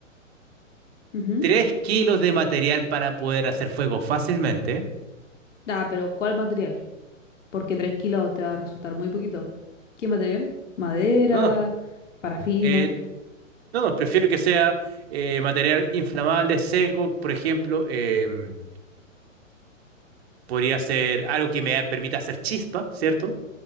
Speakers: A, on the left; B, on the right.
A: Ujú.
B: 3 kilos de material para poder hacer fuego fácilmente.
A: Ah, pero ¿cuál material? Porque tres kilos te va a resultar muy poquito. ¿Qué material? Madera,
B: No, no.
A: parafina.
B: eh, no, no, prefiero que sea eh, material inflamable, seco, por ejemplo. em, podría ser algo que me permita hacer chispa, ¿cierto?